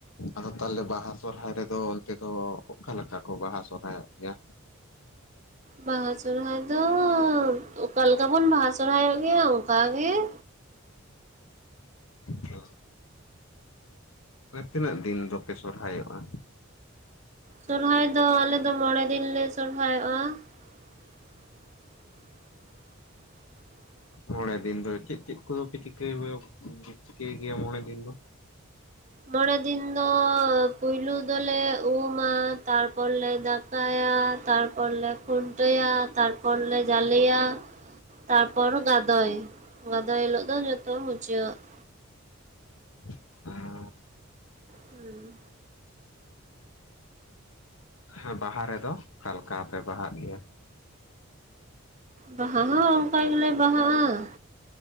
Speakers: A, on the left (about 80°); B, on the right (about 35°).
A: ᱟᱫᱚ ᱛᱟᱦᱚᱞᱮ ᱵᱟᱦᱟ ᱥᱚᱨᱦᱟᱭ ᱨᱮᱫᱚ ᱚᱱᱛᱮ ᱫᱚ ᱚᱠᱟᱮᱠᱟ ᱠᱚ ᱵᱟᱦᱟ ᱥᱚᱨᱚᱦᱟᱭᱚᱜ ᱜᱮᱭᱟ?
B: ᱵᱟᱦᱟ ᱥᱚᱨᱦᱟᱭ ᱫᱚ ᱚᱠᱟ ᱞᱮᱠᱟ ᱵᱚᱱ ᱵᱟᱦᱟ ᱥᱚᱨᱦᱟᱭᱚᱜ ᱜᱮᱭᱟ ᱚᱱᱠᱟ ᱜᱮ ᱾
A: ᱚ ᱾ ᱢᱟᱱᱮ ᱛᱤᱱᱟᱹᱜ ᱫᱤᱱ ᱫᱚᱯᱮ ᱥᱚᱨᱦᱟᱭᱚᱜᱼᱟ?
B: ᱥᱚᱨᱦᱟᱭ ᱫᱚ ᱟᱞᱮ ᱫᱚ ᱢᱚᱲᱮ ᱫᱤᱱ ᱞᱮ ᱥᱦᱟᱭᱚᱜᱼᱟ ᱾ <inaudible>
A: ᱢᱚᱲᱮ ᱫᱤᱱ ᱫᱚ ᱪᱮᱫ ᱪᱮᱫ ᱠᱚᱫᱚ ᱯᱮ ᱪᱤᱠᱟᱹᱭ ᱪᱤᱠᱟᱹᱭ ᱜᱮᱭᱟ ᱢᱚᱲᱮ ᱫᱤᱱ ᱫᱚ?
B: ᱢᱚᱲᱮ ᱫᱤᱱ ᱫᱚ ᱯᱩᱭᱞᱩ ᱫᱚᱞᱮ ᱩᱢᱼᱟ, ᱛᱟᱨᱯᱚᱨ ᱞᱮ ᱫᱟᱠᱼᱼ ᱠᱟᱭᱟ, ᱛᱟᱨᱯᱚᱨ ᱞᱮ ᱠᱷᱩᱱᱴᱟᱹᱭᱟ, ᱛᱟᱨᱯᱚᱨ ᱞᱮ ᱡᱟᱞᱮᱭᱟ ᱾ ᱛᱟᱨᱯᱚᱨ ᱜᱟᱫᱚᱭ, ᱜᱟᱫᱚᱭ ᱦᱤᱞᱳᱜ ᱫᱚ ᱡᱚᱛᱚ ᱢᱩᱪᱟᱹᱫ ᱾
A: <inaudible> ᱟᱸ
B: ᱦᱩᱸ ᱾
A: ᱦᱮᱸ ᱵᱟᱦᱟ ᱨᱮᱫᱚ ᱚᱠᱟᱞᱮᱠᱟ ᱯᱮ ᱵᱟᱦᱟᱜ ᱜᱮᱭᱟ?
B: ᱵᱟᱦᱟ ᱦᱚᱸ ᱚᱱᱠᱟ ᱜᱮᱞᱮ ᱵᱟᱦᱟᱜᱼᱟ ᱾